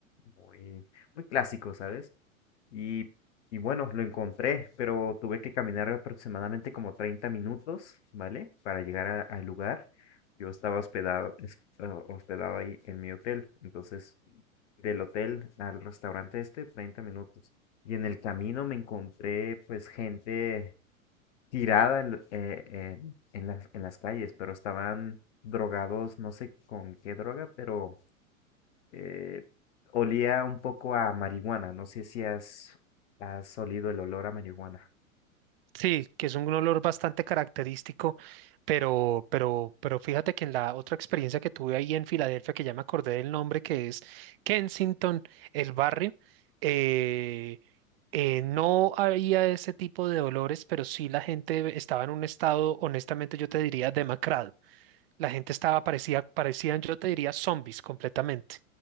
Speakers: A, on the left; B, on the right.
A: muy, muy clásico, ¿sabes? Y, y bueno, lo encontré, pero tuve que caminar aproximadamente como 30 minutos, ¿vale? Para llegar a- al lugar. Yo estaba hospedado, es- eh, hospedado ahí en mi hotel, entonces del hotel al restaurante este, 30 minutos. Y en el camino me encontré pues gente tirada en, eh, en- en las, en las calles, pero estaban drogados, no sé con qué droga, pero eh, olía un poco a marihuana. No sé si has, has olido el olor a marihuana.
B: Sí, que es un olor bastante característico, pero, pero, pero fíjate que en la otra experiencia que tuve ahí en Filadelfia, que ya me acordé del nombre, que es Kensington, el barrio, eh, eh, no había ese tipo de olores, pero sí la gente estaba en un estado, honestamente yo te diría, demacrado. La gente estaba, parecía, parecían, yo te diría, zombies completamente.